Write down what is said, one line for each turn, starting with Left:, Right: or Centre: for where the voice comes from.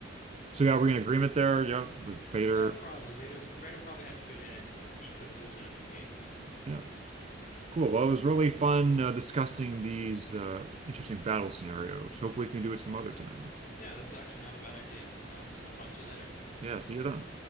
Right: So yeah, we're in agreement there. Yeah, the Vader.
Left: yeah, probably Vader. Vader probably has a good edge, but he could lose in a few cases.
Right: Yeah, cool. Well, it was really fun uh, discussing these uh, interesting battle scenarios. Hopefully, we can do it some other time.
Left: Yeah, that's actually not a bad idea. I'll I'll talk to you later.
Right: Yeah, see you then.